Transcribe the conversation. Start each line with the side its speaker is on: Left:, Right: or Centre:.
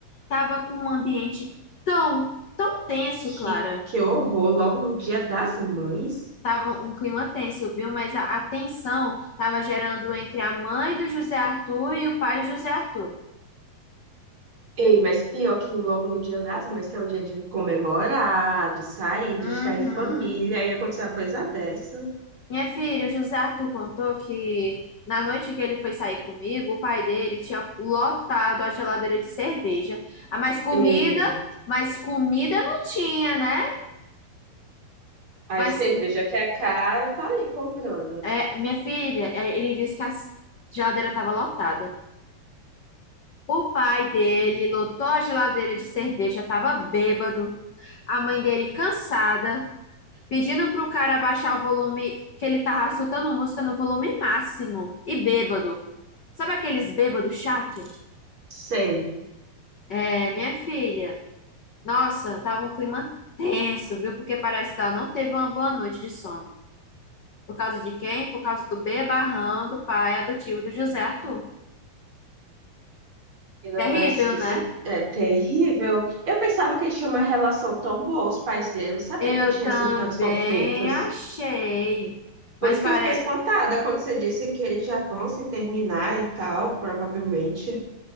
Left: tava com um ambiente tão, tão tenso,
Right: Que,
Left: Clara.
Right: que horror, logo no dia das mães.
Left: Tava um clima tenso, viu? Mas a, a tensão tava gerando entre a mãe do José Arthur e o pai do José Arthur.
Right: Ei, mas pior que logo no Dia das Mães, que é um dia de comemorar, de sair, de
Left: Uhum.
Right: estar em família, aí acontecer uma coisa dessa.
Left: Minha filha, o José Arthur contou que na noite que ele foi sair comigo, o pai dele tinha lotado a geladeira de cerveja. Ah, mas comida,
Right: Ei,
Left: mas comida não tinha, né?
Right: aí
Left: Mas
Right: cerveja que é cara, tá ali comprando.
Left: é, minha filha, é, ele disse que a geladeira estava lotada. O pai dele lotou a geladeira de cerveja, estava bêbado. A mãe dele cansada, pedindo pro cara abaixar o volume, que ele tava escutando música no volume máximo e bêbado. Sabe aqueles bêbados chato?
Right: Sei.
Left: É, minha filha, nossa, tava um clima tenso, viu? Porque parece que ela não teve uma boa noite de sono. Por causa de quem? Por causa do bebarrão do pai adotivo do José Arthur.
Right: Ainda
Left: Terrível,
Right: mais que isso
Left: né?
Right: é terrível. Eu pensava que tinha uma relação tão boa, os pais dele, eu não sabia
Left: Eu
Right: que tinha
Left: também
Right: assim tantos conflitos.
Left: achei.
Right: Por
Left: Mas
Right: isso
Left: parece.
Right: que eu fiquei espantada quando você disse que eles já vão se terminar e tal, provavelmente.